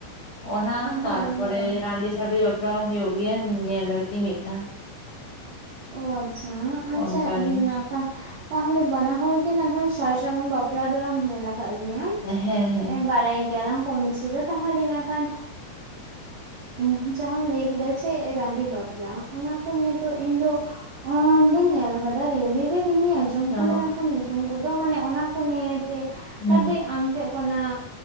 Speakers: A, on the left; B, on the right.
A: ᱚᱱᱟ
B: ᱦᱳᱭ
A: ᱛᱟᱨᱯᱚᱨᱮ
B: ᱦᱳᱭ
A: ᱨᱟᱺᱰᱤ ᱪᱷᱟᱰ ᱵᱟᱯᱞᱟ ᱦᱚᱸ ᱦᱩᱭᱩᱜ ᱜᱮᱭᱟ ᱧᱮᱞ ᱠᱟᱹᱫᱤᱧ ᱢᱤᱫ ᱫᱷᱟᱣ ᱾
B: ᱳ ᱟᱪᱪᱷᱟ ᱟᱪᱪᱷᱟ
A: ᱚᱱᱠᱟ
B: ᱤᱧ
A: ᱜᱮ
B: ᱛᱟᱦᱚᱞᱮ ᱵᱟᱱᱟ ᱦᱚᱲ ᱜᱮ ᱱᱟᱜᱠᱷᱟᱱ ᱥᱟᱨ ᱥᱟᱹᱜᱩᱱ ᱵᱟᱯᱞᱟ ᱫᱚᱞᱟᱝ ᱧᱮᱞᱟ ᱠᱟᱜ ᱜᱮᱭ
A: ᱦᱮᱸ ᱦᱮᱸ
B: ᱵᱟᱲᱟᱭ ᱜᱮᱭᱟᱞᱟᱝ ᱠᱚᱢ ᱵᱮᱥᱤ ᱫᱚ ᱛᱟᱦᱚᱞᱮ ᱱᱟᱜ ᱠᱷᱟᱱ ᱮᱸᱻ ᱡᱟᱦᱟᱸᱟᱢ ᱞᱟᱹᱭ ᱠᱮᱫᱟ ᱪᱮ ᱨᱟᱺᱰᱤ ᱵᱟᱯᱞᱟ ᱚᱱᱟ ᱠᱚ ᱱᱤᱭᱮ ᱫᱚ ᱤᱧ ᱫᱚ ᱚᱸ ᱵᱟᱹᱧ ᱧᱮᱞ ᱟᱠᱟᱫᱟ ᱨᱤᱭᱮᱞ ᱨᱮ ᱠᱤᱱᱛᱩ ᱟᱸᱡᱚᱢ ᱟᱸᱡᱚᱢ
A: ᱚ
B: ᱠᱟᱫᱟ ᱢᱮᱱᱠᱷᱟᱱ ᱧᱩᱛᱩᱢ ᱠᱚᱫᱚ ᱢᱟᱱᱮ ᱚᱱᱟ ᱠᱚ ᱱᱤᱭᱮᱛᱮ
A: ᱦᱩᱸ
B: ᱠᱟᱹᱴᱤᱡ ᱟᱢ ᱟᱢ ᱴᱷᱮᱡ ᱠᱷᱚᱱᱟᱜ